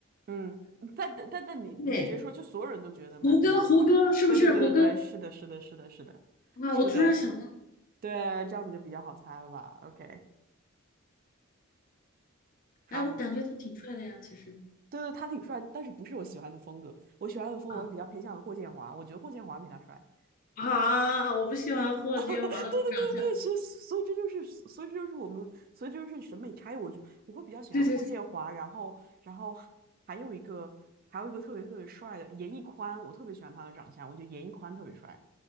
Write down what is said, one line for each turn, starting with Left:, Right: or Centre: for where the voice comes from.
Right: 嗯嗯，但但但但你你直接说，
Left: 对，
Right: 就所有人都觉得蛮蛮帅。
Left: 胡歌，胡歌是不是胡歌
Right: 对对对对对，是的，是的，是的，是的，
Left: 啊？
Right: 是的，
Left: 我突然想到，
Right: 对，这样子就比较好猜了吧？OK，好。
Left: 哎，我感觉他挺帅的呀，其实
Right: 对对，他挺帅，但是不是我喜欢的风格。我喜欢的风格，
Left: 啊
Right: 我比较偏向于霍建华，我觉得霍建华比他帅。<laughs>
Left: 啊，我不喜欢霍建华那种长相。
Right: 啊，对对对对，所以所以这就是所以这就是我们所以这就是审美差异。我觉我会比较喜欢霍建华，
Left: 对对对，
Right: 然后然后还还有一个还有一个特别特别帅的严屹宽，我特别喜欢他的长相，我觉得严屹宽特别帅。